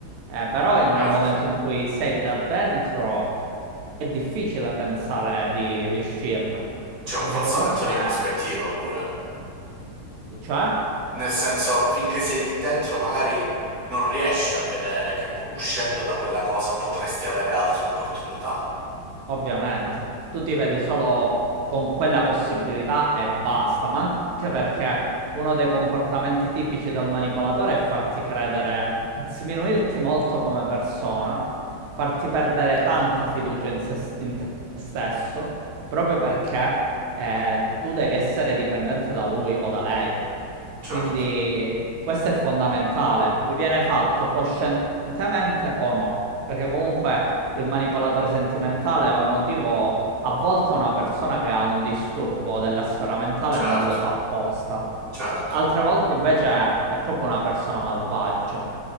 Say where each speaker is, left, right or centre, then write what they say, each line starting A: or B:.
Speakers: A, on the right; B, on the right.
A: Eh, però in- nel
B: Certo.
A: momento in cui sei là dentro è difficile pensare di, di uscirne,
B: C'è un
A: perché
B: falsamento
A: comunque,
B: di prospettiva pure.
A: cioè?
B: Nel senso, finché sei lì dentro, magari non riesci a vedere che po- uscendo da quella cosa potresti avere altre opportunità.
A: Ovviamente, tu ti vedi solo con quella possibilità e basta, ma anche perché uno dei comportamenti tipici del manipolatore è farti credere, sminuirti molto come persona, farti perdere tanta fiducia in, se, in te stesso, proprio perché eh, tu devi essere dipendente da lui o da lei.
B: Certo,
A: Quindi questo è fondamentale, vi viene fatto coscientemente o no, perché comunque il manipolatore sentimentale o emotivo a volte è una persona che ha un disturbo della sfera mentale
B: certo,
A: e non lo fa apposta.
B: certo.
A: Altre volte invece è proprio una persona malvagia,